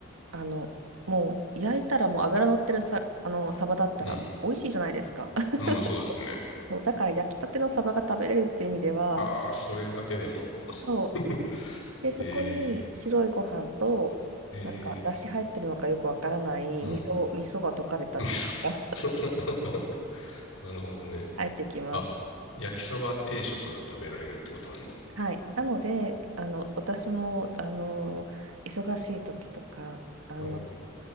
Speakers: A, on the right (about 75°); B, on the left (about 65°).
A: う、あの、もう焼いたらもう油乗ってるさ、あの、サバだったら美味しいじゃないですか。
B: うん。
A: <laughs>
B: まあそうですね。
A: そう、だから焼きたてのサバが食べれるっていう意味では、
B: ああ、それだけでも。<laughs>
A: そうで、そこに白いご飯と、
B: えー、え
A: なんか、だし入ってるのかよくわからない味噌、
B: ー、うん。
A: 味噌が溶かれたスープが
B: <laughs> なるほどね。
A: 入ってきます。
B: あ、焼きサバ定食が食べられるってことなんだ。
A: はい。なので、あの、私も、あの、忙しい時とか、あの、
B: はい。